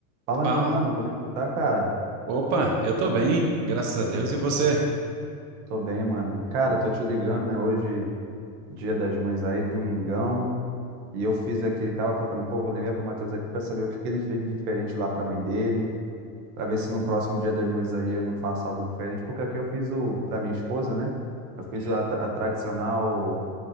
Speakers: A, on the right; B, on the right.
A: Fala,
B: Fala.
A: meu mano, como é que tu tá, cara?
B: Opa, eu tô bem, graças a Deus, e você?
A: Tô bem, mano. Cara, tô te ligando, né? Hoje, dia das mães aí, domingão. E eu fiz aqui, tava procurando, pô, vou ligar pro Matheus aqui pra saber o que que ele fez de diferente lá pra mãe dele, pra ver se no próximo dia das mães aí eu não faço algo diferente, porque aqui eu fiz o, pra minha esposa, né? Eu fiz a, tra- a tradicional